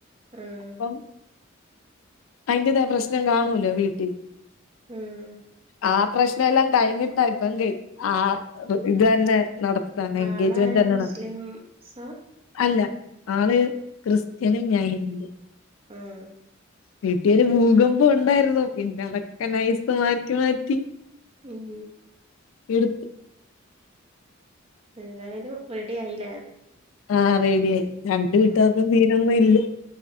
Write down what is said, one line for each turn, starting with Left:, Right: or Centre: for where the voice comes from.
Right: ആഹ്
Left: അപ്പം അതിന്റേതാ പ്രശ്നം കാണൂല്ലോ വീട്ടിൽ
Right: ഉം
Left: ആ പ്രശ്നം എല്ലാം കഴിഞ്ഞിട്ടാ ഇപ്പം ആ ഇത് തന്നെ നടത്താൻ എൻഗേജ്മെന്റ്
Right: ആളാരാ
Left: തന്നെ
Right: മുസ്ലിംസാ
Left: നടത്താൻ അല്ല ആള് ക്രിസ്ത്യനും ഞാൻ ഹിന്ദു
Right: ആഹ്
Left: വീട്ടിയൊരു ഭൂകമ്പം ഉണ്ടായിരുന്നു പിന്നെ അതൊക്കെ നൈസ്
Right: ഉം
Left: മാറ്റി മാറ്റി
Right: ഉം
Left: എടുത്ത്
Right: എന്തായാലും റെഡി ആയില്ലേ
Left: ആഹ് റെഡിയായി രണ്ട് വീട്ടുകാർക്കും
Right: ഉം
Left: സീനൊന്നും ഇല്ല